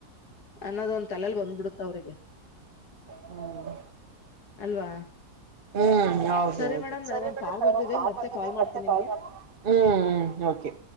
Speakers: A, on the left; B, on the right.
A: ಅನ್ನೋದ ಒಂದ ತಲೆಲ್ ಬಂದ್ಬಿಡುತ್ತ ಅವ್ರಿಗೆ.
B: ಹ್ಮ್.
A: ಅಲ್ವಾ.
B: ಹ್ಮ್ ಹೌದು
A: ಸರಿ
B: ಹೌದು
A: ಮೇಡಮ್
B: ಸರಿ
A: ನನಗೊಂದ್
B: ಮೇಡಮ್
A: ಕಾಲ್ ಬರ್ತಿದೆ ಮತ್ತೆ
B: ಬಂದ
A: ಮಾಡ್ತೀನಿ
B: ಮತ್ತೆ
A: ನಿಮ್ಗೆ
B: ಕಾಲ್ ಹ್ಮ್ ಹ್. ಓಕೆ.